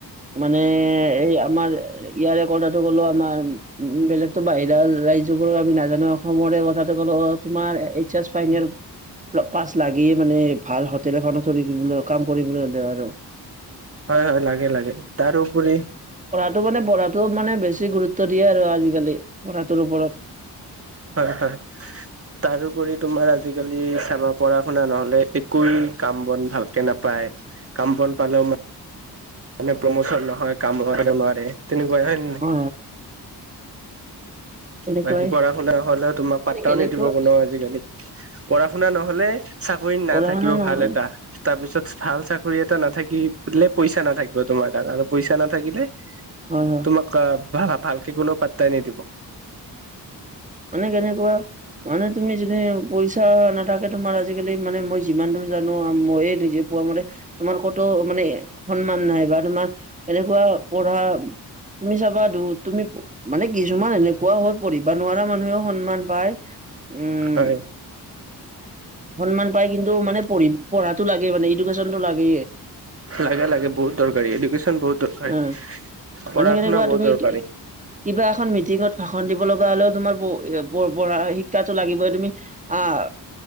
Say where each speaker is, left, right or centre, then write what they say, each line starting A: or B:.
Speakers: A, on the right; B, on the right.
A: মানে এই আমাৰ ইয়াৰে কথাটো ক'লো আমাৰ উ বেলেগতো বাহিৰা ৰাজ্যবোৰ আমি নাজানো অসমৰে কথাটো ক'লো তোমাৰ এইচ এচ ফাইনেল প্ল পাছ লাগেই মানে ভাল হোটেল এখন থৰি দিবলৈও কাম কৰিবলৈ হ'লে আৰু।
B: হয় হয় লাগে লাগে, তাৰোপৰি
A: টো মানে বঢ়াটো মানে বেছি গুৰুত্ব দিয়ে আৰু আজিকালি পঢ়াটোৰ ওপৰত।
B: হয় হয়। তাৰোপৰি তোমাৰ আজিকালি চাবা পঢ়া-শুনা নহলে একোৱে কাম বন ভাল কে নাপায় কাম বন পালেও মা মানে প্ৰমোচন নহয় কাম <unintelligible> নোৱাৰে তেনেকুৱা হয়ন
A: অ। তেনেকুৱাই
B: বাকী পঢ়া-শুনা নহ'লে তোমাক পাতাও
A: মানে কেনেকুৱা
B: নিদিব কোনো আজিকালি। পঢ়া-শুনা নহ'লে চাকৰি নাথাকিব
A: পঢ়া শুনা নহলে
B: ভাল এটা। তাৰ পিছত ভাল চাকৰি এটা নাথাকিলে পইচা নাথাকিব তোমাৰ তাত আৰু পইচা নাথাকিলে <inaudible>
A: হয় হ।
B: তোমাক কা ভা ভালকে কোনো পাত্তাই নিদিব।
A: মানে কেনেকুৱা মানে তুমি যদি পইচা নাথাকে তোমাৰ আজিকালি মানে মই যিমানটো জানো মইয়ে নিজে পোৱা মতে তোমাৰ ক'তো মানে সন্মান নাই বা তোমাৰ এনেকুৱা পঢ়া তুমি চাবা দো তুমি মানে কিছুমান এনেকুৱা হয় পঢ়িব নোৱাৰা মানুহেও সন্মান পায়, উম
B: হয়
A: সন্মান পাই কিন্তু মানে পঢ়ি পঢ়াটো লাগে মানে ইডুকেশ্যনটো লাগে।
B: লাগে লাগে বহুত দৰকাৰী ইডুকেশ্যন বহুত দৰকাৰী
A: অ
B: পঢ়া-শুনা
A: মানে কেনেকুৱা
B: বহুত
A: তুমি
B: দৰকাৰী।
A: কিবা এখন মিটিঙত ভাষণ দিব লগা হ'লেও তোমাৰ পো এ পঢ় পঢ়া শিক্ষাটো লাগিবই, তুমি আহ